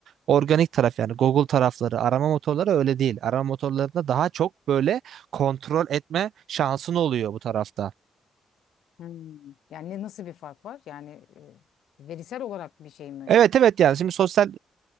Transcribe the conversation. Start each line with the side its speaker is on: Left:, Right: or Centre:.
Right: organik taraf yani Google tarafları, arama motorları öyle değil. Arama motorlarında daha çok böyle kontrol etme şansın oluyor bu tarafta.
Left: Hmm. Yani ne- nasıl bir fark var? Yani e, verisel olarak bir şey mi?
Right: Evet evet yani şimdi sosyal